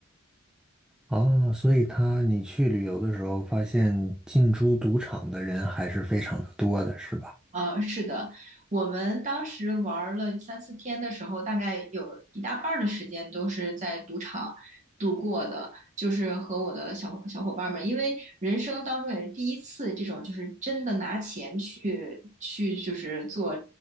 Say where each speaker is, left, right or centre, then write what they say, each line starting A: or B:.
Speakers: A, in the centre; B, on the right.
A: 哦，所以它你去旅游的时候，发现进出赌场的人还是非常的多的，是吧？
B: 呃，是的，我们当时玩儿了三四天的时候，大概有一大半儿的时间都是在赌场度过的，就是和我的小小伙伴们，因为人生当中也是第一次这种，就是真的拿钱去去就是做